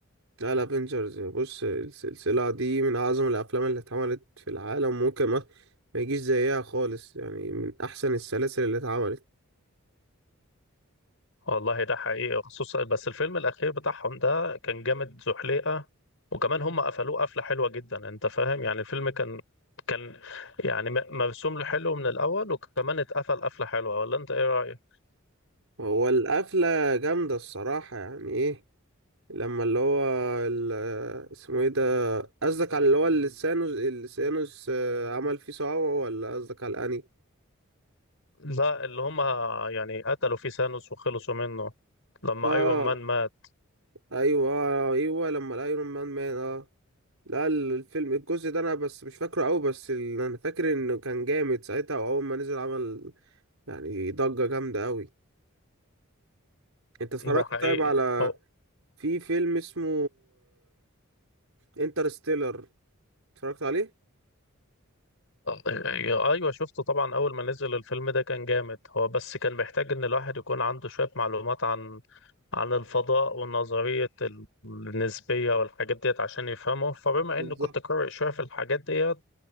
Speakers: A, on the right; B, on the left.
A: لا لا افنجرز بص السلسلة دي من أعظم الأفلام اللي اتعملت في العالم وممكن ما, ما يجيش زيها خالص يعني من أحسن السلاسل اللي اتعملت
B: والله ده حقيقي خصوصا بس الفيلم الاخير بتاعهم ده كان جامد زحليقه وكمان هم قفلوه قفله حلوه جدا انت فاهم يعني الفيلم كان كان يعني م- مرسوم له حلو من الاول وكمان اتقفل قفله حلوه ولا انت ايه رايك
A: هو القفلة جامدة الصراحة يعني إيه لما اللي هو ال- اسمه إيه ده قصدك على اللي هو اللي ثانوس اللي ثانوس آه، عمل فيه صعوبة ولا قصدك على الأني
B: لا اللي هم يعني قتلوا فيه ثانوس وخلصوا منه لما
A: آه
B: ايرون مان مات
A: أيوه آه، أيوه لما الأيرون مان مان آه لا الفيلم الجزء ده انا بس مش فاكره قوي بس ال- انا فاكر انه كان جامد ساعتها واول ما نزل عمل يعني ضجة جامدة قوي انت اتفرجت
B: ده حقيقي
A: طيب على
B: هو
A: في فيلم اسمه انترستيلر اتفرجت عليه
B: ايوه شفته طبعا اول ما نزل الفيلم ده كان جامد هو بس كان محتاج ان الواحد يكون عنده شويه معلومات عن عن الفضاء ونظريه ال- النسبيه والحاجات ديت عشان يفهمه فبما
A: بالظبط
B: اني كنت قارئ شويه في الحاجات ديت